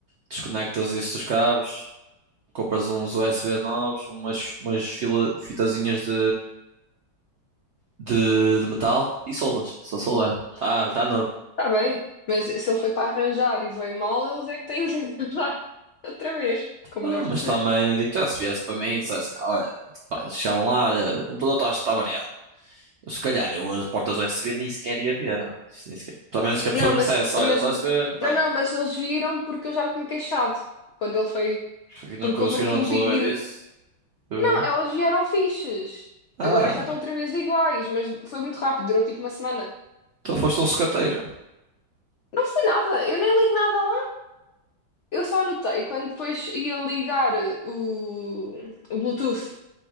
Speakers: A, on the right; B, on the left.
A: desconectas isso dos cabos, compras uns USB novos, umas, umas fila, fitazinhas de, de, de metal e solas. Só solar. Tá, tá novo.
B: Está bem, mas se ele foi para arranjar e veio mal, eles é que têm que <laughs> arranjar outra vez, como
A: Ah,
B: deve
A: mas
B: de ser.
A: também digo já se viesse para mim e dissessem, olha, pá, chegavam lá, olha, o computador está tá variado Se calhar eu as portas U S B nem sequer ia ver. né? Isto Nem sequer... Pelo menos que a pessoa
B: Não,
A: me
B: mas,
A: dissesse, olha,
B: mas
A: só U S B não está
B: não,
A: lá.
B: não, mas eles viram porque eu já me tinha queixado quando ele foi,
A: E não
B: porque
A: conseguiram
B: houve aqui um
A: resolver
B: pico de.
A: isso. Eh,
B: Não, elas vieram fixes.
A: Ah,
B: Agora já estão outra vez iguais, mas foi muito rápido, durou tipo uma semana.
A: então foste um sucateiro.
B: Não foi nada, eu nem ligo nada lá. Eu só anotei quando depois ia ligar o, o Bluetooth,